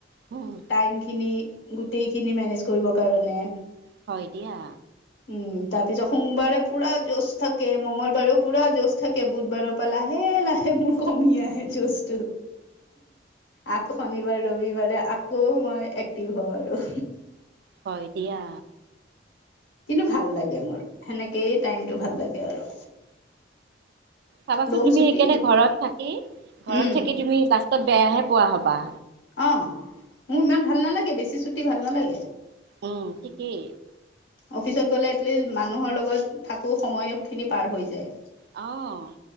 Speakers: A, on the right (about 60°); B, on the left (about 70°).
A: উম,
B: টাইম খিনি গোটেই খিনি মেনেজ কৰিবৰ কাৰণে
A: হয় দিয়া
B: উম তাৰ পিছত সোমবাৰে পুৰা যছ থাকে মঙগলবাৰেও পুৰা যছ থাকে বুধবাৰৰ পৰা লাহে লাহে লাহে মোৰ কমি আহে যছটো। আকৌ শনিবাৰ ৰবিবাৰে আকৌ মই এক্টিভ হওঁ আৰু
A: হয় দিয়া
B: কিন্তু ভাল লাগে মোৰ সেনেকেই টাইমটো ভাল লাগে আৰু
A: চাবাচোন
B: ল'ম
A: তুমি
B: ছুটি
A: সেইকাৰণে ঘৰত থাকি। ঘৰত
B: উম
A: থাকি তুমি লাষ্টত বেয়াহে পোৱা হবা।
B: অ মোৰ ইমান ভাল নালাগে বেছি চুটি ভাল নালাগে
A: উম, ঠিকেই
B: অফিচত গ'লে এটলিষ্ট মানুহৰ লগত থাকো সময় খিনি পাৰ হৈ যায়
A: অ'।